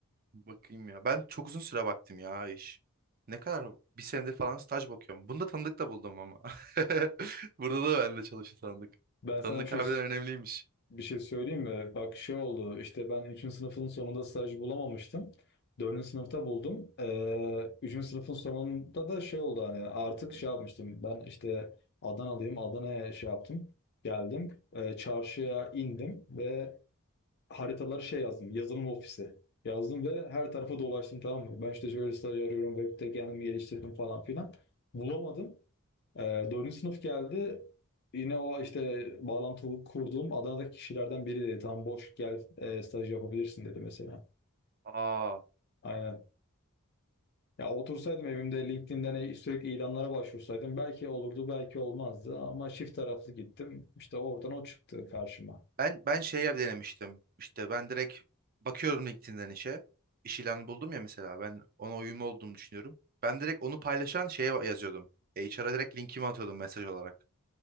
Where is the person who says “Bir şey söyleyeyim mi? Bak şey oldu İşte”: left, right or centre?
Left